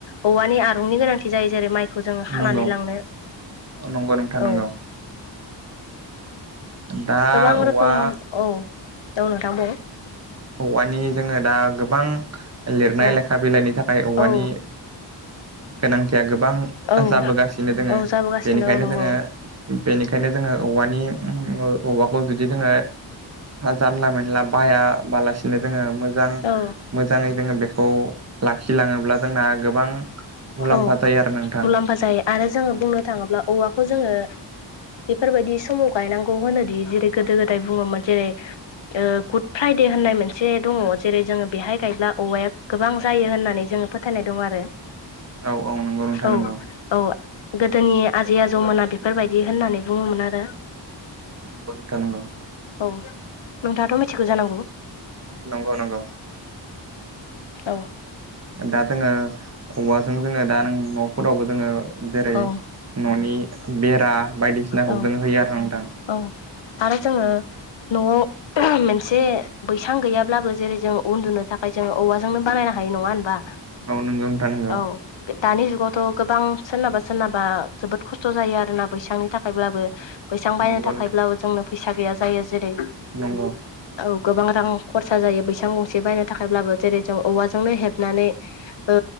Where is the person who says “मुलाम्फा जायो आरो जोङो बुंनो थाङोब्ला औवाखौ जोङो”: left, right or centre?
Left